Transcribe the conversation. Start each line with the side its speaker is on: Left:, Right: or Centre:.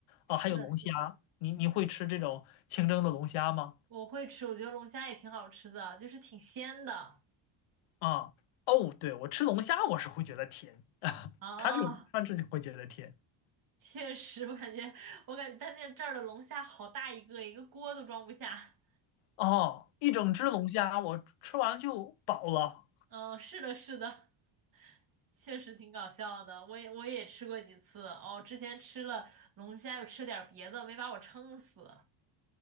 Right: 是的，
Left: 哦，还有龙虾，
Right: 是的，
Left: 你你会吃这种清蒸的龙虾吗？
Right: 我会吃，我觉得龙虾也挺好吃的，就是挺鲜的
Left: 啊、哦，对，我吃龙虾我是会觉得甜，<laughs>
Right: 啊。
Left: 它是它是会觉得甜。
Right: <laughs> 确实，我感觉，我感觉但那这儿的龙虾好大一个，一个锅都装不下。
Left: 哦，一整只龙虾我吃完了就饱了。
Right: 嗯，是的，是的，确实挺搞笑的。我也我也吃过几次哦，之前吃了龙虾，又吃点儿别的，没把我撑死。